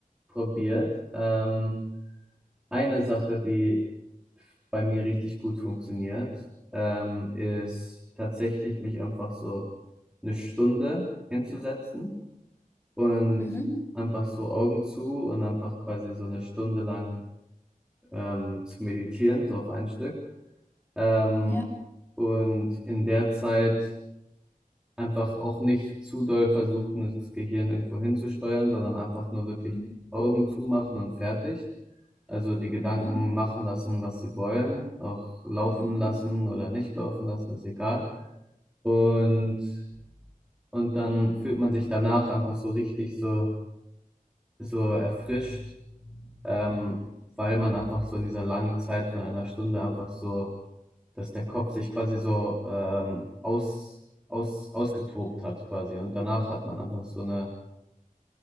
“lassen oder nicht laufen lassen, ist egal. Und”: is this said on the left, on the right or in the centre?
Centre